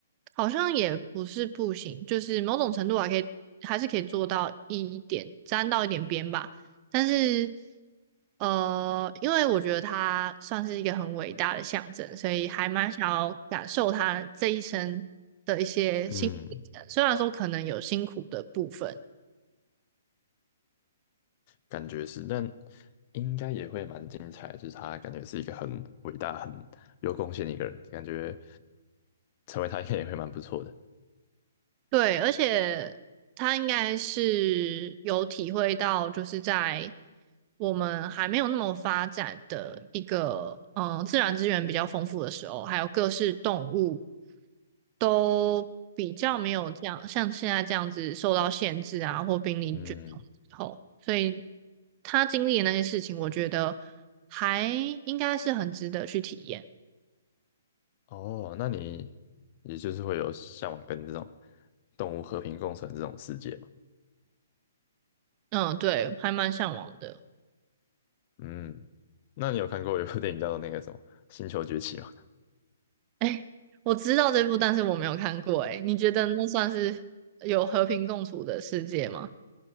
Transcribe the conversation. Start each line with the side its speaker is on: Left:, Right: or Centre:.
Right: 好像也不是不行，就是某种程度还可以，还是可以做到一点，沾到一点边吧。但是，呃，因为我觉得他算是一个很伟大的象征，所以还蛮想要感受他这一生的一些辛苦历程虽然说可能有辛苦的部分。
Left: 嗯，感觉是，但应该也会蛮精彩的，就是他感觉是一个很伟大、很有贡献的一个人，感觉成为他应该也会蛮不错的。
Right: 对，而且他应该是有体会到，就是在我们还没有那么发展的一个，嗯、自然资源比较丰富的时候，还有各式动物都比较没有这样，像现在这样子受到限制啊，或濒临绝种之后，
Left: 嗯，
Right: 所以他经历的那些事情，我觉得还应该是很值得去体验。
Left: 哦，那你也就是会有向往跟这种动物和平共存这种世界嘛？
Right: 嗯，对，还蛮向往的。
Left: 嗯，那你有看过有部电影叫做那个什么《星球崛起》吗？
Right: 哎，我知道这部，但是我没有看过。哎，你觉得那算是有和平共处的世界吗？